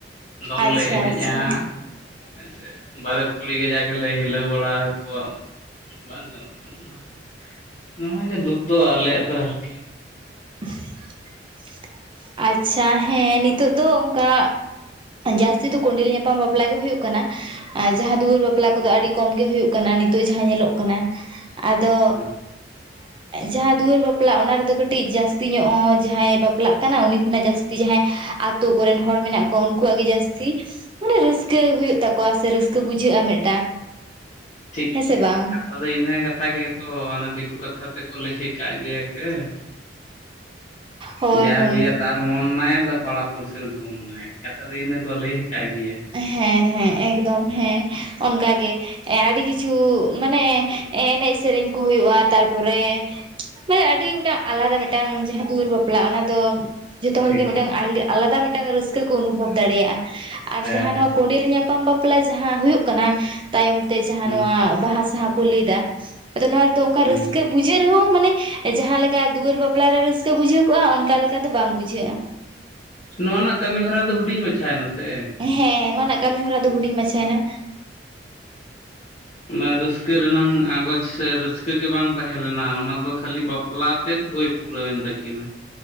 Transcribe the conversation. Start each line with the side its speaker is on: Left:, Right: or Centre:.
Left: ᱫᱚᱝ
Right: ᱟᱪᱪᱷᱟ
Left: ᱞᱮ ᱮᱱᱮᱡᱼᱟ
Right: ᱟᱪᱪᱷᱟ
Left: ᱾ ᱦᱮᱸ ᱥᱮ? ᱵᱟᱨᱮᱛ ᱠᱩᱲᱤ ᱜᱮ ᱡᱟ ᱜᱮᱞᱮ ᱦᱤᱞᱟᱹᱣ ᱵᱟᱲᱟ ᱠᱚᱣᱟ ᱵᱟᱝ ᱜᱟᱱᱚᱜ ᱠᱟᱱᱟ ᱚᱱᱟ ᱦᱚᱸ ᱾ ᱱᱚᱣᱟ ᱜᱮ ᱫᱩᱠ ᱫᱚ ᱟᱞᱮᱭᱟᱜ ᱫᱚ ᱟᱨᱠᱤ ᱾
Right: <inaudible> ᱟᱪᱪᱷᱟ ᱦᱮᱸ ᱱᱤᱛᱚᱜ ᱫᱚ ᱚᱱᱠᱟ ᱡᱟᱹᱥᱛᱤ ᱫᱚ ᱠᱚᱸᱰᱮᱞ ᱧᱟᱯᱟᱢ ᱵᱟᱯᱞᱟ ᱜᱮ ᱦᱩᱭᱩᱜ ᱠᱟᱱᱟ ᱾ ᱟᱨ ᱡᱟᱦᱟᱸ ᱫᱚ ᱦᱚᱸᱭ ᱵᱟᱯᱞᱟ ᱠᱚᱫᱚ ᱟᱹᱰᱤ ᱠᱚᱢ ᱜᱮ ᱦᱩᱭᱩᱜ ᱠᱟᱱᱟ ᱱᱤᱛᱚᱜ ᱡᱟᱦᱟᱸ ᱧᱮᱞᱚᱜ ᱠᱟᱱᱟ ᱾ ᱟᱫᱚ
Left: ᱦᱮᱸ
Right: ᱡᱟᱦᱟᱸ ᱫᱩᱣᱟᱹᱨ ᱵᱟᱯᱞᱟ ᱚᱱᱟ ᱨᱮᱫᱚ ᱠᱟᱹᱴᱤᱡ ᱡᱟᱹᱥᱛᱤ ᱧᱚᱜᱼᱟ ᱡᱟᱦᱟᱸᱭ ᱵᱟᱯᱞᱟᱜ ᱠᱟᱱᱟ ᱩᱱᱤ ᱠᱷᱚᱱᱟᱜ ᱡᱟᱹᱥᱛᱤ ᱡᱟᱦᱟᱸᱭ ᱟᱛᱳ ᱠᱚᱨᱮᱱ ᱦᱚᱲ ᱢᱮᱱᱟᱜ ᱠᱚᱣᱟ ᱩᱱᱠᱩᱣᱟᱜ ᱜᱮ ᱡᱟᱹᱥᱛᱤ ᱢᱟᱱᱮ ᱨᱟᱹᱥᱠᱟᱹ ᱦᱩᱭᱩᱜ ᱛᱟᱠᱚᱣᱟ ᱥᱮ ᱨᱟᱹᱥᱠᱟᱹ ᱵᱩᱡᱷᱟᱹᱜᱼᱟ <inaudible>
Left: ᱴᱷᱤᱠ
Right: ᱦᱮᱸ ᱥᱮ ᱵᱟᱝ
Left: <unintelligible> ᱟᱫᱚ ᱤᱱᱟᱹ ᱠᱟᱛᱷᱟ ᱜᱮᱛᱚ ᱚᱱᱮ ᱫᱤᱠᱩ ᱠᱟᱛᱷᱟ ᱛᱮᱠᱚ ᱞᱟᱹᱭ ᱠᱟᱜ ᱜᱮᱭᱟ <unintelligible>
Right: ᱦᱳᱭ
Left: ᱡᱟᱨ
Right: ᱦᱳᱭ
Left: ᱵᱤᱦᱟ ᱛᱟᱨ ᱢᱚᱱ ᱱᱟᱭ ᱯᱟᱲᱟ ᱯᱩᱲᱥᱤᱨ ᱜᱷᱩᱢ ᱱᱟᱭ ᱠᱟᱛᱷᱟ ᱫᱚ ᱤᱱᱟ ᱠᱚ ᱞᱟᱹᱭ ᱠᱟᱜ ᱜᱮᱭᱟ
Right: ᱦᱮᱸ ᱦᱮᱸ ᱮᱠᱫᱚᱢ ᱦᱮᱸ ᱚᱱᱠᱟ ᱜᱮ ᱟᱹᱰᱤ ᱠᱤᱪᱷᱩ ᱢᱟᱱᱮ ᱮᱱᱮᱡ ᱥᱮᱨᱮᱧ ᱠᱚ ᱦᱩᱭᱩᱜᱼᱟ ᱛᱟᱨᱯᱚᱨᱮ ᱢᱟᱱᱮ ᱟᱹᱰᱤ ᱢᱤᱫᱴᱟᱝ ᱟᱞᱟᱫᱟ ᱢᱤᱫᱴᱟᱝ ᱡᱟᱦᱟᱸ ᱫᱩᱣᱟᱹᱨ ᱵᱟᱯᱞᱟ ᱚᱱᱟ ᱫᱚ ᱡᱚᱛᱚ ᱦᱚᱲ
Left: ᱴᱷᱤᱠ
Right: ᱜᱮ ᱢᱤᱫᱴᱟᱝ <unintelligible> ᱟᱞᱟᱫᱟ ᱢᱤᱫᱴᱟᱝ ᱨᱟᱹᱥᱠᱟᱹ ᱠᱚ ᱚᱱᱩᱵᱷᱚᱵ ᱫᱟᱲᱮᱭᱟᱜᱼᱟ ᱟᱨ
Left: ᱦᱮᱸ
Right: ᱡᱟᱦᱟᱸ ᱱᱚᱣᱟ ᱠᱚᱸᱰᱮᱞ ᱧᱟᱯᱟᱢ ᱵᱟᱯ <unintelligible> ᱡᱟᱦᱟᱸ ᱦᱩᱭᱩᱜ ᱠᱟᱱᱟ ᱛᱟᱭᱚᱢ ᱛᱮ ᱡᱟᱦᱟᱸ
Left: ᱦᱩᱸ
Right: ᱱᱚᱣᱟ ᱵᱟᱦᱟ ᱥᱟᱦᱟ ᱠᱚ ᱞᱟᱹᱭ ᱫᱟ ᱟᱫᱚ ᱱᱚᱣᱟ ᱨᱮᱫᱚ ᱚᱱᱠᱟ
Left: ᱦᱩᱸ
Right: ᱨᱟᱹᱥᱠᱟᱹ ᱵᱩᱡᱷᱟᱹᱜ ᱨᱮᱦᱚᱸ ᱢᱟᱱᱮ ᱡᱟᱦᱟᱸ ᱞᱮᱠᱟ ᱫᱩᱣᱟᱹᱨ ᱵᱟᱯᱞᱟᱨᱮ ᱨᱟᱹᱥᱠᱟᱹ ᱵᱩᱡᱷᱟᱹᱣ ᱠᱚᱜᱼᱟ ᱚᱱᱠᱟ ᱞᱮᱠᱟ ᱫᱚ ᱵᱟᱝ ᱵᱩᱡᱷᱟᱹᱜᱼᱟ
Left: ᱱᱚᱣᱟ ᱨᱮᱱᱟᱜ ᱠᱟᱹᱢᱤ ᱦᱚᱨᱟ ᱫᱚ ᱦᱩᱰᱤᱧ ᱢᱟᱪᱷᱟ ᱭᱮᱱᱟ ᱥᱮ
Right: ᱦᱮᱸ ᱱᱚᱣᱟ ᱨᱮᱱᱟᱜ ᱠᱟᱹᱢᱤ ᱦᱚᱨᱟ ᱫᱚ ᱦᱩᱰᱤᱧ ᱢᱟᱪᱷᱟ ᱭᱮᱱᱟ
Left: ᱚᱱᱟ ᱨᱟᱹᱥᱠᱟᱹ ᱨᱮᱱᱟᱝ ᱟᱸᱜᱚᱡᱽ ᱥᱮ ᱨᱟᱹᱥᱠᱟᱹ ᱜᱮ ᱵᱟᱝ ᱛᱟᱦᱮᱸ ᱞᱮᱱᱟ ᱚᱱᱟ ᱫᱚ ᱠᱷᱟᱹᱞᱤ ᱵᱟᱯᱞᱟ ᱛᱮᱫ ᱦᱩᱭ ᱯᱩᱨᱟᱹᱣᱮᱱ ᱛᱟᱹᱠᱤᱱᱟ